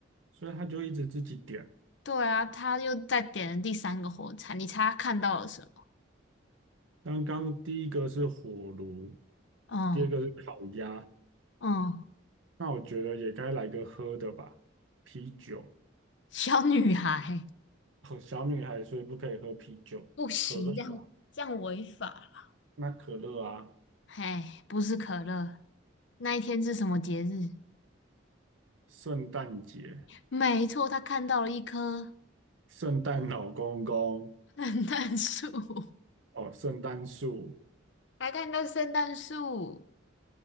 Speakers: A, on the right (about 90°); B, on the left (about 70°).
A: 所以它就一直自己点。
B: 对啊，他又再点了第三个火柴，你猜他看到了什么？
A: 刚刚第一个是火炉，
B: 嗯
A: 第二个是烤鸭，
B: 嗯，
A: 那我觉得也该来个喝的吧，啤酒。
B: 小女孩，
A: 和小女孩所以不可以喝啤酒，
B: 不行，
A: 可乐吧？
B: 这样这样违法了。
A: 那可乐啊，
B: 嘿，不是可乐，那一天是什么节日？
A: 圣诞节，
B: 没错，他看到了一棵
A: 圣诞老公公，
B: <laughs> 圣诞树，
A: 哦，圣诞树。
B: <laughs> 还看到圣诞树